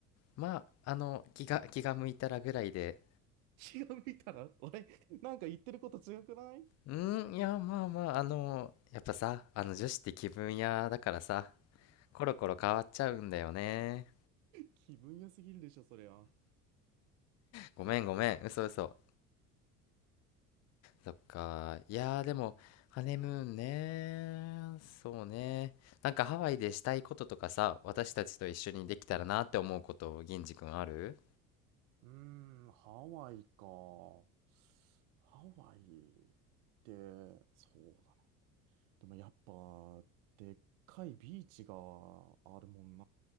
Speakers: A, on the left; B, on the right.
A: まあ、あの、気が、気が向いたらぐらいで。
B: 気が向いたら、俺、なんか言ってること違くない
A: うーん、いや、まあまあ、あの、やっぱさ、あの女子って気分屋だからさ、コロコロ変わっちゃうんだよね。
B: 気分良すぎるでしょ、そりゃ。う
A: ごめんごめん、嘘嘘。そっか、いやーでも、ハネムーンね、そうね。なんかハワイでしたいこととかさ、私たちと一緒にできたらなって思うこと、銀次くんある
B: ーん、ハワイか。ハワイって、そうだな。でもやっぱ、でっかいビーチがあるもん